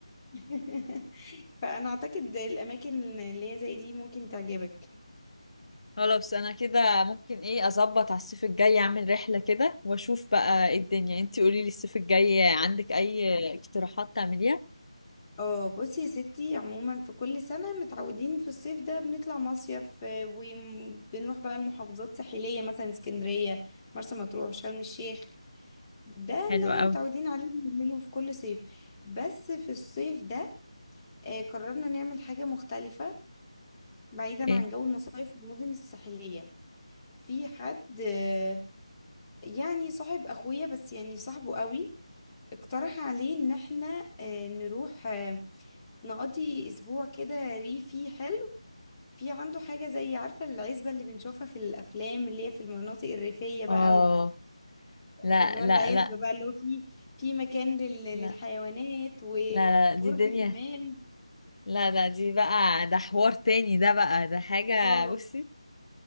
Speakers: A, on the left (about 25°); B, on the left (about 60°).
A: <laughs> فانا اعتقد الاماكن اللي هي زي دي ممكن تعجبك
B: خلاص انا كده ممكن ايه اظبط على الصيف الجاي اعمل رحله كده واشوف بقى ايه الدنيا انتي قولي لي الصيف الجاي عندك اي اقتراحات تعمليها
A: اه بصي يا ستي عموما في كل سنة متعودين في الصيف ده بنطلع مصيف آه، وبنروح بقى المحافظات الساحلية مثلا اسكندرية مرسى مطروح شرم الشيخ ده
B: حلوة
A: اللي احنا
B: قوي
A: متعودين عليه بنعمله في كل صيف بس في الصيف ده آه، قررنا نعمل حاجة مختلفة بعيدا
B: ايه
A: عن جو المصايف والمدن الساحلية في حد آه، يعني صاحب اخويا بس يعني صاحبه قوي اقترح عليه ان احنا آه، نروح آه، نقضي اسبوع كده ريفي حلو في عنده حاجة زي عارفة العزبة اللي بنشوفها في الأفلام اللي هي في المناطق الريفية بقى
B: اه
A: اللي
B: لا
A: هو
B: لا
A: العزبة
B: لا
A: بقى اللي هو فيه في مكان لل... للحيوانات
B: لا
A: وبرج
B: لا لا دي دنيا
A: حمام
B: لا لا دي بقى ده حوار تاني ده بقى ده حاجة
A: اه
B: بصي